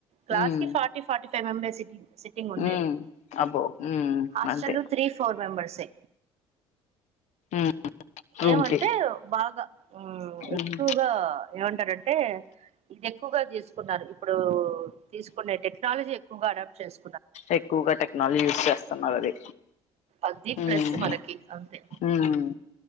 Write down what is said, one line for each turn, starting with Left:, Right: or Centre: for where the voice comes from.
Right: క్లాస్
Left: ఉమ్
Right: కి ఫార్టీ ఫార్టీ ఫంబాసిటీ సిట్టింగ్ ఉండేది
Left: ఉమ్ అబ్బో ఉమ్
Right: హాస్టల్
Left: అంతే
Right: త్రీ ఫోర్ మెంబర్స్ తె
Left: ఉమ్ రూమ్
Right: ఏమంటే
Left: కి
Right: బాగా మ్ ఎక్కువగా
Left: ఉమ్
Right: ఏమం అంటే ఇది ఎక్కువగా తీసుకున్నారు, ఇప్పుడూ తీసుకునే టెక్నాలజీ ఎక్కువగా అడాప్ట్ చేసు
Left: ఎక్కువగా టెక్నాలజీ యూజ్ చేస్తున్నారు అది
Right: అది ప్లస్
Left: ఉమ్
Right: మనకి అంతే
Left: ఉమ్